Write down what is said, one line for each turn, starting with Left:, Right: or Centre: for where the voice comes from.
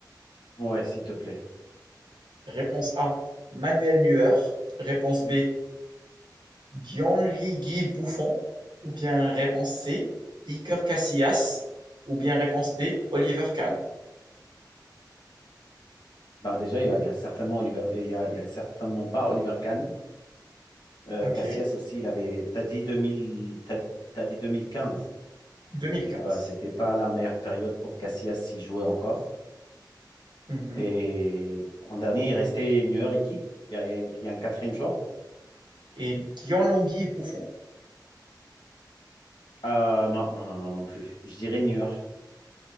Left: Ouais, s'il te plaît.
Right: Réponse A, Manuel Neuer. Réponse B, Gianluigi Buffon ou bien réponse C, Iker Casillas ou bien réponse D, Oliver Kahn.
Left: Ben, déjà, il y a, il y a certainement Oliver, euh, il y a, il y a certainement pas Oliver Kahn. Euh,
Right: Ok,
Left: Cassias aussi, il avait. T'as dit deux mille t'as, t'as dit deux mille quinze
Right: 2015.
Left: Et puis, bah, c'était pas la meilleure période pour Casillas s'y jouait encore.
Right: Mhm.
Left: Et en dernier, il restait Neuer et qui? Il y a, il y a un, il y a un quatrième joueur?
Right: Et Gianluigi Buffon,
Left: Euh, non, non, non, non, non plus. Je dirais Neuer.